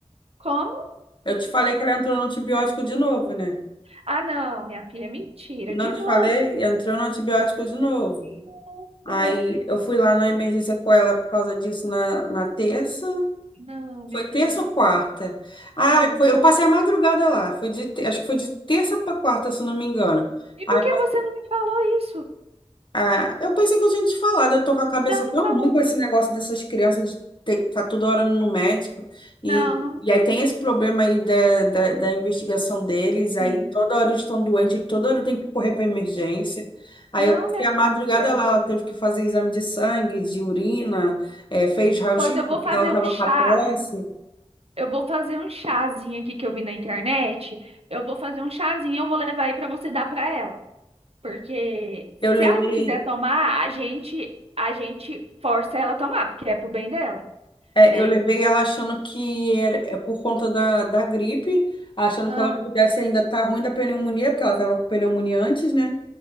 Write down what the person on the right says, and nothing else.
Como?
Ah, não, minha filha, mentira,
de
novo.
Nossa,
minha filha,
não,
minha filha,
não.
E
por que você não me falou isso?
Não, não
falou,
não.
Não, não me
falou.
Sim.
Não,
minha
filha.
Pois eu vou
fazer
um chá.
Eu vou fazer um chazinho aqui que eu vi na internet. Eu vou fazer um chazinho, eu vou levar aí pra você dar pra ela. Porque
se ela não quiser tomar, a gente a gente força ela a tomar, porque é pro bem dela,
né?
Ah,